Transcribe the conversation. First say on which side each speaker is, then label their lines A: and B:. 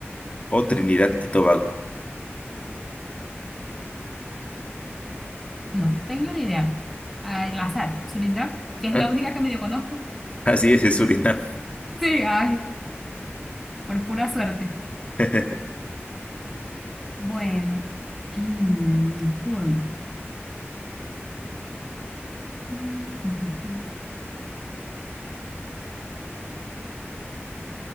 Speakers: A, on the left; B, in the centre.
A: o Trinidad y Tobago.
B: No, tengo ni idea. Al azar, Surinam, que es
A: Ah,
B: la única
A: <laughs>
B: que medio conozco.
A: Así es, es Surinam,
B: Sí, ay, por pura suerte.
A: <laughs>
B: Bueno, <clears throat> mi turno. Mm.